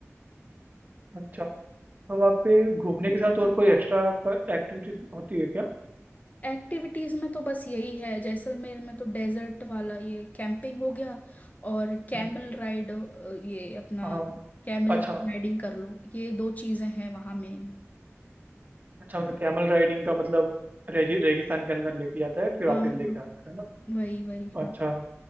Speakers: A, on the right (about 35°); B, on the left (about 30°).
A: अच्छा तो वहाँ पे घूमने के साथ और कोई एक्स्ट्रा एक्टिविटीज होती है क्या
B: एक्टिविटीज में तो बस यही है जैसलमेर में तो डेजर्ट वाला ये कैंपिंग हो गया और कैमल
A: हम्म,
B: राइड ये अपना
A: हाँ हाँ,
B: कैमल
A: अच्छा
B: राइडिंग कर लो ये दो चीजें हैं वहां मेन
A: अच्छा मतलब कैमल राइडिंग का मतलब रेगी, रेगिस्तान के अंदर लेके जाता है फिर
B: हाँ
A: वापस
B: हाँ
A: लेके आता है ना
B: वही वही
A: अच्छा
B: हाँ